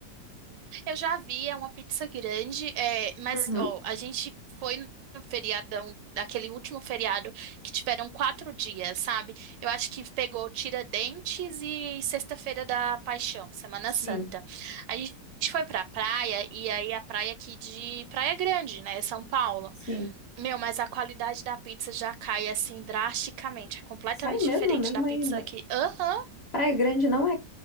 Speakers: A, on the right (about 75°); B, on the left (about 45°).
A: Eu já vi, é uma pizza grande, é, mas
B: Uhum.
A: ó, a gente foi no feriadão, aquele último feriado, que tiveram quatro dias, sabe? Eu acho que pegou Tiradentes e Sexta-feira da Paixão, Semana
B: Sim,
A: Santa. A gente foi pra praia, e aí a praia aqui de Praia Grande, né, São Paulo.
B: Sim.
A: Meu, mas a qualidade da pizza já cai assim drasticamente, é completamente
B: Sério mesmo?
A: diferente
B: É Mesmo
A: da pizza
B: aí. na-
A: aqui. Aham,
B: Praia Grande não é.